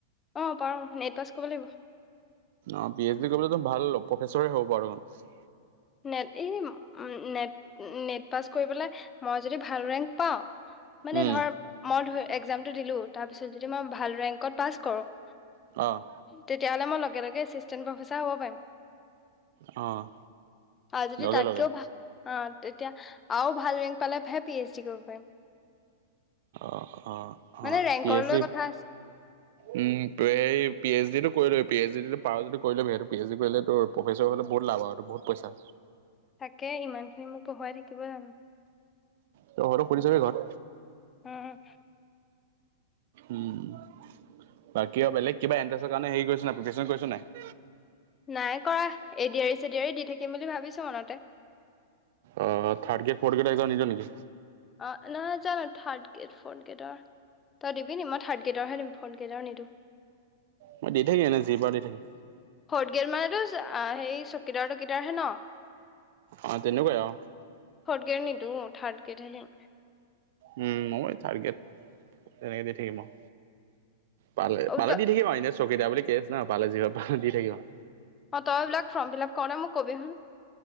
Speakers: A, on the left (about 20°); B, on the right (about 50°).
A: অঁ, পাৰু নেট পাছ ক'ৰিব লাগিব।
B: অঁ' পি এইচ ডি কৰি পেলাই টো ভাল প্ৰফেচৰে হ'ব পাৰ মানে।
A: নেট এই উম, নেট নেট পাছ কৰি পেলাই- মই যদি ভাল ৰেংক পাওঁ- মানে
B: উম
A: ধৰ মই ধৰ একজামটো দিলো তাৰপিছত যদি মই ভাল ৰেংকত পাছ কৰোঁ, -
B: অঁ'
A: তেতিয়াহ'লে মই লগে লগে এচিষ্টেন প্ৰফেচাৰ হ'ব পাৰিম।
B: অ'।
A: আৰু যদি
B: লগে
A: তাতকৈও
B: লগে
A: ভাল অ' তেতিয়া আৰু ভাল ৰেংক পালেহে পি এইচ ডি কৰিব পাৰিম।
B: অ অ
A: মানে
B: অ
A: ৰেংকৰ
B: পি এইছ
A: লৈ
B: ডি,
A: <inaudible>
B: উম এই পি এইচ ডি তটো কৰিলবি পি এইচ ডিটো পাৰ যদি কৰি লবি সিহটো পি এইচছ ডি কৰিলে তোৰ, প্ৰফেচৰ হ'লে বহুত লাভ আৰু বহুত পইচা।
A: তাকে ইমানখিনি মোক পঢ়োৱাই থাকিব জানো।
B: তই বুঢ়াটোক সুধি চাবি ঘৰত,
A: উম
B: উম, বাকী আৰু বেলেগ কিবা এণ্ট্ৰেছৰ কাৰণে হেৰি কৰিছো নাই প্ৰিপেৰচ্যন কৰিছ নাই,
A: নাই কৰা এডিয়াৰী চেডিয়াৰী দি থাকিম বুলি ভাবিছো মনতে।
B: অ third grade fourth grade exam নিদিঅ' নেকি?
A: অ' নহয় জা থাৰ্ড গ্ৰেড ফৰ্থ গ্ৰেডৰ। তই দিবি নি মই থাৰ্ড গেডৰহে দিম ফৰ্থ গেডৰ নিদু।
B: মই দি থাকিম এনে যি পাৰো দি থাকিম।
A: ফৰ্ট গেট মানেতো হেৰি চকীদাৰ তকিদাৰ হে ন।
B: অ' তেনেকুৱাই অ'।
A: ফৰ্থ গ্ৰেড নিদো থাৰ্ড গ্ৰেডহে দিম।
B: উম, মও থাৰ্ড গেড, তেনেকে দি থাকিম আৰু। পালে পালে
A: দিম
B: দি থাকিম আৰু এনে চকীদাৰ বুলি কেছ নাই পালে জীহঁত পাও দি থাকিম আউ।
A: অ' তই এইবিলাক ফৰ্ম ফিল আপ কৰিলে মোক কবি হুন,